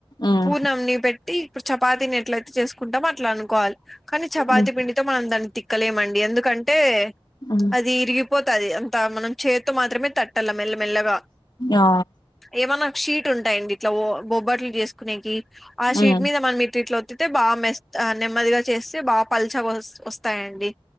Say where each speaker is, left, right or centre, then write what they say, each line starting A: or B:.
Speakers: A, on the left (about 45°); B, in the centre.
A: ఉమ్
B: పూర్ణమిని పెట్టి ఇప్పుడు చపాతిని ఎట్లయితే చేసుకుంటమో అట్లా అనుకోవాలి కానీ చపాతి
A: ఉమ్
B: పిండితో మనం దాన్ని తిక్కలేమండి ఎందు కంటే
A: ఉమ్
B: అది ఇరిగిపోతుది అంత మనం చేతో మాత్రమే తట్టల మెల్లమెల్లగా
A: ఆ
B: ఏమైన్నా షీట్ ఉంటాయండి ఇట్లా బొబ్బట్లు చేసుకునేకి ఆ షీట్
A: ఉమ్
B: మీద మన మీట్ ఇట్లా ఒత్తితే బాగా మె నెమ్మదిగా చేస్తే బాగా పల్చ వస్తాయండి